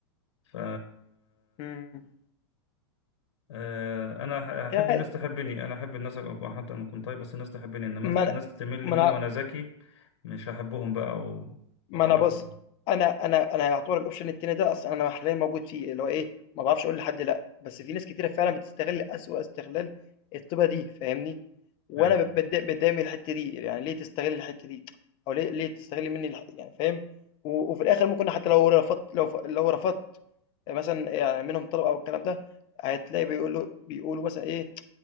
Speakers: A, on the left; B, on the left.
A: ف
B: مم.
A: آه، انا أح- احب
B: يعني
A: الناس تحبني انا احب الناس ابقى حتى انا كنت طيب بس الناس تحبني انما
B: ما
A: الناس
B: أنا-
A: تمل
B: ما
A: مني
B: انا
A: وانا ذكي مش هحبهم بقى و-
B: ما
A: وابقى
B: أنا بُص، أنا أنا أنا يعتبر الoption التاني ده أصلًا أنا حاليًا موجود فيه، اللي هو إيه، ما باعرفش أقول لحد لأ، بس في ناس كتيرة فعلًا بتستغل أسوأ استغلال الطيبة دي، فاهمني؟ وأنا
A: اي
B: بت باتضايق باتضايق من الحتّة دي، يعني ليه تستغل الحتّة دي، أو ليه ليه تستغل منّي الح يعني فاهم؟ و وفي الآخر ممكن حتى لو رفضت لو ف لو رفضت مثلًا يعني منهم طلب أو الكلام ده، هتلاقي بيقولوا بيقولوا مثلًا إيه،